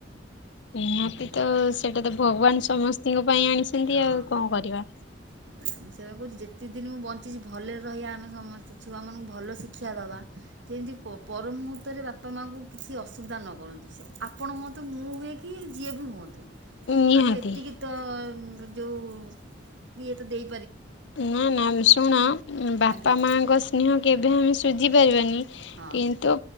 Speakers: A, on the left; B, on the right.
A: ନିହାତି ତ
B: କଥା
A: ସେଇଟା ତ ଭଗବାନ ସମସ୍ତ ପାଇଁ ଆଣିଛନ୍ତି
B: ହଁ
A: ଆଉ କଣ କରିବା।
B: ଏଭଳିଆ ମୁଁ ସେୟା କହୁଛି ଯେତିକି ଦିନ ମୁଁ ବଞ୍ଚିଛି ଭଲରେ ରହିବା ଆମେ ସମସ୍ତେ ଛୁଆମାନଙ୍କୁ ଭଲ ଶିକ୍ଷା ଦେବା ଯେମିତି ପର ମୁହୂର୍ତ୍ତରେ ବାପା ମାଆଙ୍କୁ କିଛି ଅସୁବିଧା ନ କରନ୍ତୁ ସେ ଆପଣ ହୁଅନ୍ତୁ ମୁଁ ହୁଏ କି ଯିଏ ବି ହୁଅନ୍ତୁ।
A: ନିହାତି।
B: ଆମେ ଏତିକି ତ ଯୋଉ ଇଏ ତ ଦେଇ
A: ନା ନା ଶୁଣ ବାପା
B: ଆଜ୍ଞା
A: ମାଙ୍କ ସ୍ନେହ କେବେ ଆମେ ଶଝିପାରିବାନି
B: ହଁ
A: କିନ୍ତୁ